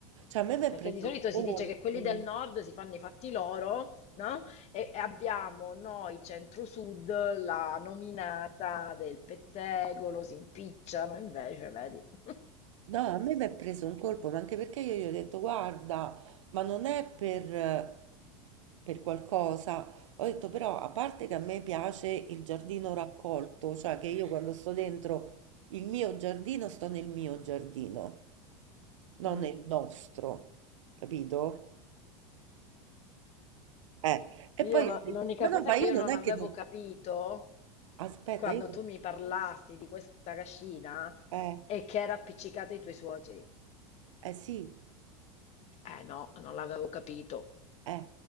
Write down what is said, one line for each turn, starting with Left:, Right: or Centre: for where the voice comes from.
Right: Cioè, a me mi
Left: Perché
Right: è preso
Left: di solito
Right: un colpo.
Left: si dice che quelli del nord si fanno i fatti loro, no? E, e abbiamo noi centro-sud la nominata del pettegolo, si impicciano, invece, vedi. <laughs>
Right: No, a me mi è preso un colpo, ma anche perché io gli ho detto, guarda, ma non è per, per qualcosa. Ho detto, però, a parte che a me piace il giardino raccolto, cioè che io quando sto dentro il mio giardino, sto nel mio giardino. non
Left: Mm.
Right: è il nostro, capito? Eh, e poi
Left: Io no-
Right: io dico,
Left: l'unica
Right: ma no,
Left: cosa
Right: ma
Left: che
Right: io
Left: io
Right: non
Left: non
Right: è
Left: avevo
Right: che... non-
Left: capito
Right: Aspetta,
Left: quando
Right: io...
Left: tu mi parlasti di questa cascina
Right: Eh,
Left: è che era appiccicata ai tuoi suoceri.
Right: eh sì,
Left: Eh no, non l'avevo capito.
Right: Eh,